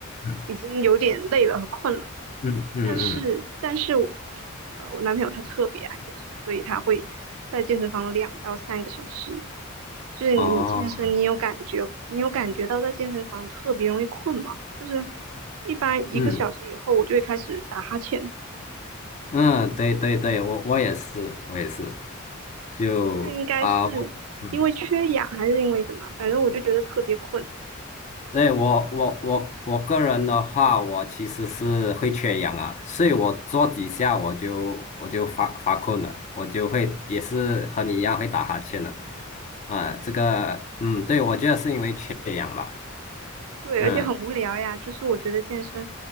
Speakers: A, on the left; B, on the right.
A: 嗯
B: 已经有点累了和困了。
A: 嗯嗯
B: 但是但是我，
A: 嗯，
B: 呃，我男朋友他特别爱健身，所以他会在健身房两到三个小时。就是你健身，
A: 哦，
B: 你有感觉，你有感觉到在健身房特别容易困吗？就是一般一个小时以后，
A: 嗯
B: 我就会开始打哈欠，
A: 嗯，对对对，我我也是，我也是，就啊，
B: 这应该是因为缺氧还是因为什么？
A: 我嗯，
B: 反正我就觉得特别困。
A: 对我我我我个人的话，我其实是会缺氧啊，所以我做几下我就我就发发困了，我就会也是和你一样会打哈欠的，啊，这个嗯，对，我觉得是因为缺氧吧，
B: 对，
A: 嗯
B: 而且很无聊呀。就是我觉得健身，